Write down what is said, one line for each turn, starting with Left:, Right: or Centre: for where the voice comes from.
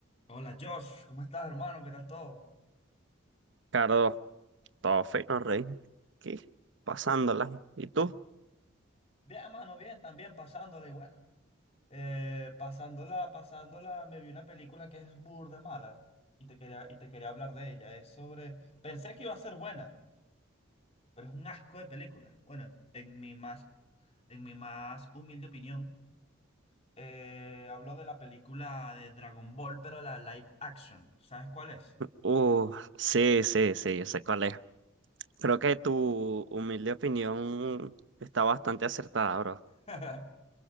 Left: Hola Josh, ¿cómo estás hermano? ¿Qué tal todo?
Right: Ricardo, todo fino, Ricky. ¿Pas tú?
Left: Ah, Bien hermano, bien, también pasándola y bueno. Eh, pasándola, pasándola, me vi una película que es burda mala y te quería, y te quería hablar de ella. Es sobre... Pensé que iba a ser buena, pero es un asco de película. Bueno, en mi más, en mi más humilde opinión, eh, hablo de la película de Dragon Ball, pero la live action. ¿Sabes cuál es?
Right: Uh, sí, sí, sí, yo sé cuál es. Creo que tu humilde opinión está bastante acertada, bro.
Left: <laughs>